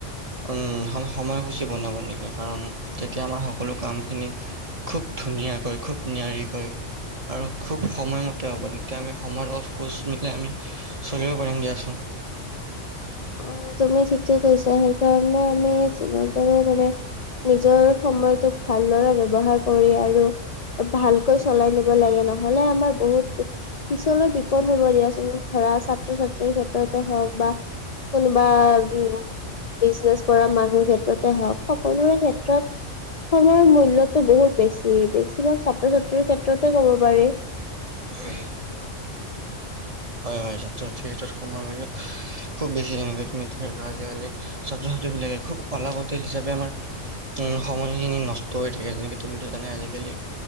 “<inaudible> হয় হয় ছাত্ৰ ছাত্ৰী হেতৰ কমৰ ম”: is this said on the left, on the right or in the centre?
Right